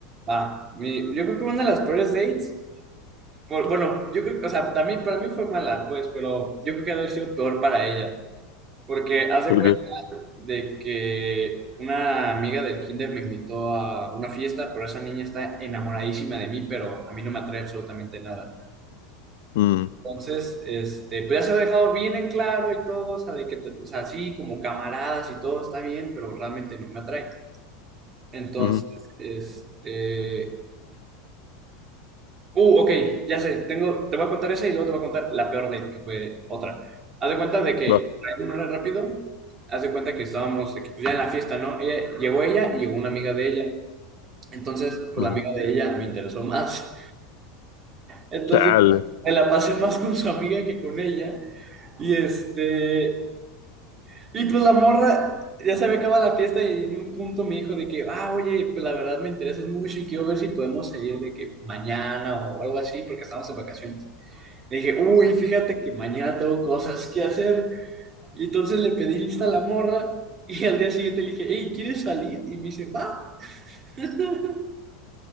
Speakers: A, on the right; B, on the left.
A: Va, mi- yo creo que una de las peores dates, por- bueno, yo creo, o sea, también para mí fue mala, pues, pero yo creo que ha de haber sido peor para ella, porque haz de
B: ¿Por
A: cuenta
B: qué?
A: de que una amiga del kinder me invitó a una fiesta, pero esa niña está enamoradísima de mí, pero a mí no me atrae absolutamente nada.
B: Mm,
A: Entonces, este, pues ya se ha dejado bien en claro y todo, o sea, de que, te- o sea, sí, como camaradas y todo está bien, pero realmente no me atrae. Entonces,
B: ujú,
A: este, Uh, ok, ya sé, tengo, te voy a contar esa y luego te voy a contar la peor date, que fue otra. Haz de cuenta de que,
B: va.
A: para ir rápido, haz de cuenta que estábamos de que, pues, ya en la fiesta, ¿no? Ella, llegó ella y llegó una amiga de ella. Entonces, pues
B: ujú.
A: la amiga de ella me interesó más. Entonces,
B: Chale.
A: me la pasé más con su amiga que con ella. Y este, y pues la morra, ya se había acabado la fiesta y en un punto me dijo de que, ah, oye, pues la verdad me interesas mucho y quiero ver si podemos salir de que mañana o algo así, porque estamos en vacaciones. Le dije, uy, fíjate que mañana tengo cosas que hacer. Y entonces le pedí lista a la morra y al día siguiente le dije, hey, ¿quieres salir? Y me dice, va. <laughs>